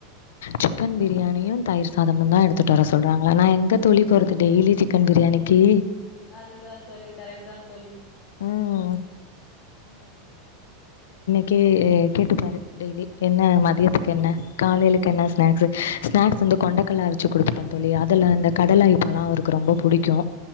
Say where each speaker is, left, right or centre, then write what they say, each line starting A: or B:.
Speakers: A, on the left; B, on the left.
A: சிக்கன் பிரியாணியும் தயிர் சாதமும் தான் எடுத்துட்டு வர சொல்றாங்களன் நான் எங்க தோழி போறது டெய்லி சிக்கன் பிரியாணிக்கு
B: அதுதான் தோழி கரெக்ட் தான் தோழி
A: ம் கே கேட்டுப்பாரு டெய்லி என்ன மதியத்துக்கு என்ன காலையிலுக்கு என்ன ஸ்நாக்ஸ்ு ஸ்நாக்ஸ் வந்து கொண்டக்கல்லா அரிச்சு கொடுத்துட்டேன் தோழி அதில் இந்த கடலா ஐட்டல்லா அவருக்கு ரொம்ப புடிக்கு